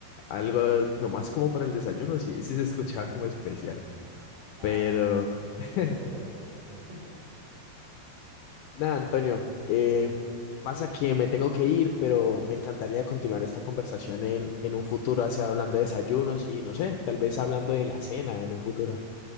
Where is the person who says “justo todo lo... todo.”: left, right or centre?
Right